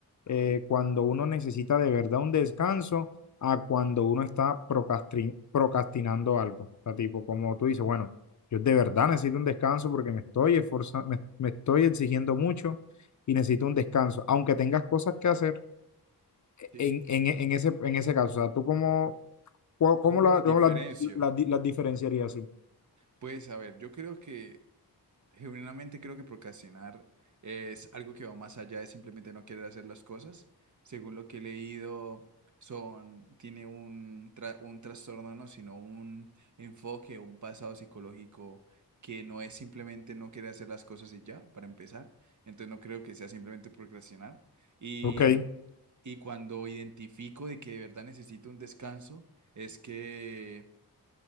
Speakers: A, on the left; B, on the right.
A: eh, cuando uno necesita de verdad un descanso a cuando uno está procrastri- procrastinando algo? O sea, tipo, como tú dices, bueno, yo de verdad necesito un descanso porque me estoy esforzando, me me estoy exigiendo mucho y necesito un descanso, aunque tengas cosas que hacer
B: Sí.
A: en, en, en ese, en ese caso, o sea, ¿tú cómo, cómo, cómo
B: ¿Cómo
A: la-
B: los
A: cómo
B: diferencio?
A: la- la di- las diferenciarías así?
B: Pues a ver, yo creo que, genuinamente creo que procrastinar es algo que va más allá de simplemente no querer hacer las cosas. Según lo que he leído, son, tiene un, tra- un trastorno, no, sino un enfoque o un pasado psicológico que no es simplemente no querer hacer las cosas y ya, para empezar. Entonces no creo que sea simplemente procrastinar. Y,
A: Ok,
B: y cuando identifico de que de verdad necesito un descanso, es que